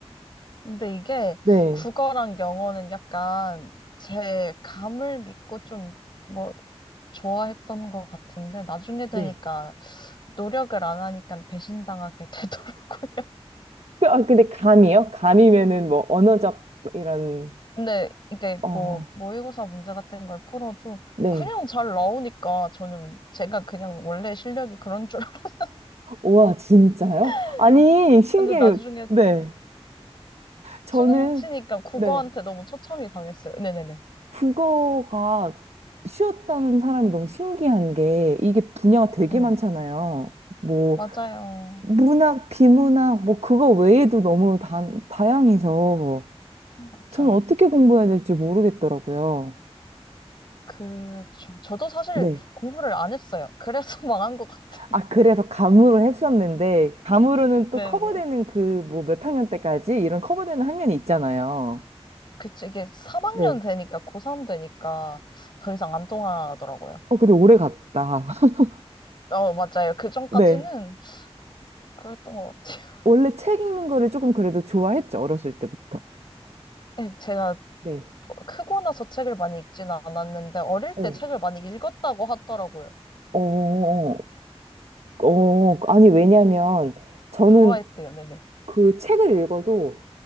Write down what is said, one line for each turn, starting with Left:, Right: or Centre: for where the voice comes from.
Left: 근데 이게
Right: 네.
Left: 국어랑 영어는 약간 제 감을 믿고 좀 뭐 좋아했던 것 같은데 나중에 되니까
Right: 네.
Left: 노력을 안 하니까 배신당하게 <laughs> 되더라고요.
Right: 그- 아, 근데 감이요? 감이면은 뭐 언어적 이런
Left: 근데 이게
Right: 어,
Left: 뭐 모의고사 문제 같은 걸 풀어도
Right: 네.
Left: 그냥 잘 나오니까 저는 제가 그냥 원래 실력이 그런 줄 알았는데
Right: 와, 진짜요?
Left: <laughs>
Right: 아니, 신기해요.
Left: 근데 나중에
Right: 네. 저는
Left: 수능 치니까 국어한테
Right: 네.
Left: 너무 초점이 당했어요. 네네네.
Right: 국어가 쉬웠다는 사람이 너무 신기한 게 이게 분야가 되게
Left: 네.
Right: 많잖아요. 뭐
Left: 맞아요.
Right: 문학, 비문학, 뭐 그거 외에도 너무 다, 다양해서
Left: 맞아.
Right: 저는 어떻게 공부해야 될지 모르겠더라고요.
Left: 그죠. 저도 사실
Right: 네.
Left: 공부를 안 했어요. 그래서 <laughs> 망한 것 같아요.
Right: 아, 그래서 감으로 했었는데 감으로는
Left: 네네.
Right: 또 커버되는 그 뭐 몇 학년 때까지 이런 커버되는 학년이 있잖아요.
Left: 그치, 이게 3학년
Right: 네.
Left: 되니까, 고3 되니까 더 이상 안 통하더라고요.
Right: 어, 근데 오래 갔다. <laughs>
Left: 어, 맞아요. 그 전까지는
Right: 네.
Left: 그랬던 것 같아요.
Right: 원래 책 읽는 거를 조금 그래도 좋아했죠, 어렸을 때부터.
Left: 예, 제가
Right: 네.
Left: 크고 나서 책을 많이 읽지는 않았는데, 어릴
Right: 네.
Left: 때 책을 많이 읽었다고 하더라고요.
Right: 어, 어, 어. 아니, 왜냐면 저는
Left: 좋아했대요, 네네.
Right: 그 책을 읽어도